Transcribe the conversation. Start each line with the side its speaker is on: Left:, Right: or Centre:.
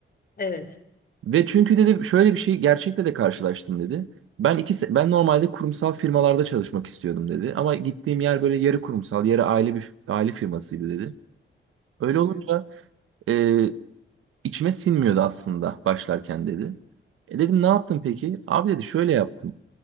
Left: Evet.
Right: Ve çünkü dedi şöyle bir şey gerçekle de karşılaştım dedi. Ben iki se- ben normalde kurumsal firmalarda çalışmak istiyordum dedi. Ama gittiğim yer böyle yarı kurumsal, yarı aile bir aile firmasıydı dedi. Öyle
Left: Hı hı.
Right: olunca e, içime sinmiyordu aslında başlarken dedi. E dedim ne yaptın peki? Abi dedi şöyle yaptım.